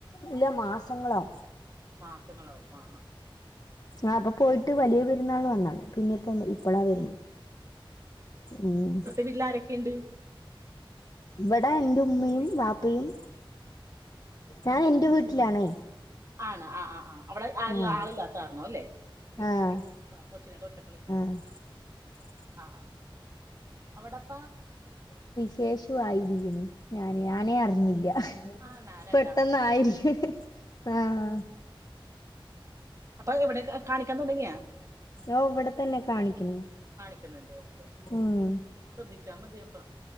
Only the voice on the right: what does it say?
മാസങ്ങളാവും ആഹ് ആഹ്
പിള്ളാരൊക്കെ ഉണ്ട്
വീട്ടില്
ആണ് ആഹ് ആഹ് ആഹ് അവിടെ ആരു
ആളില്ലാത്ത കാരണം അല്ലേ ഇവിടെ
ആ കൊച്ചിനായിട്ട് ഒറ്റൊക്കെ നിൽക്കണം
ആഹ് അവിടപ്പ
ആണാ രണ്ടാമത്
അല്ലേ
അപ്പൊ അത് എവിടെ ക്കെ കാണിക്കാൻ തുടങ്ങിയാ
കാണിക്കുന്നുണ്ട് ഓക്കെ
ശ്രദ്ധിച്ചാ മതി അപ്പ